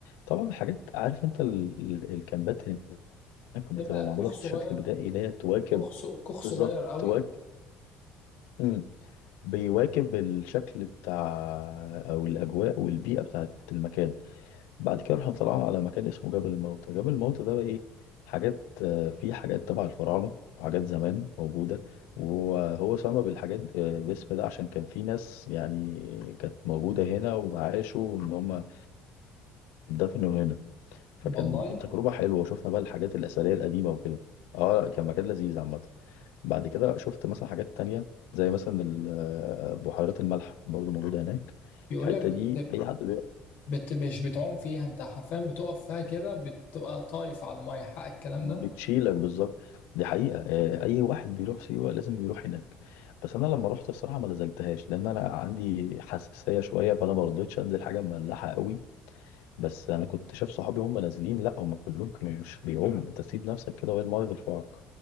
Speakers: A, on the left; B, on the left.
A: طبعا الحاجات عارف انت ال- ال- الكامبات هناك بتبقى
B: تبقى
A: معموله
B: كوخ
A: بشكل
B: صغير
A: بدائي اللي هي تواكب
B: كوخ ص- كوخ
A: بالظبط
B: صغير قوي
A: تواكب مم. بيواكب الشكل بتاع او الاجواء والبيئه بتاعت المكان بعد كده رحنا طلعنا على مكان اسمه جبل الموتى جبل الموتى ده بقى ايه حاجات آه، فيه حاجات تبع الفراعنة حاجات زمان موجودة وهو هو سمى بالحاجات آه، باسم ده عشان كان في ناس يعني كانت موجودة هنا وعاشوا ان هم اتدفنوا هنا فكان
B: والله
A: تجربة حلوة وشفنا بقى الحاجات الأثرية القديمة وكده اه لا، كان مكان لذيذ عامة بعد كده شفت مثلا حاجات تانية زي مثلا ال- آه، بحيرات الملح برضه موجودة هناك
B: بيقول
A: الحتة
B: لك بت...
A: دي أي حد
B: بت... مش بتعوم فيها انت حرفيا بتقف فيها كده بتبقى طايف على الميه حق الكلام
A: بتشيلك
B: ده
A: بالظبط دي حقيقة آه، أي واحد بيروح سيوة لازم بيروح هناك بس أنا لما رحت الصراحة ما نزلتهاش لأن أنا عندي حساسية شوية فأنا ما رضيتش أنزل حاجة مملحة قوي بس أنا كنت شايف صحابي هم نازلين لا هم كلهم كانوا مش بيعوموا أنت سيب نفسك كده وهي الماية ترفعك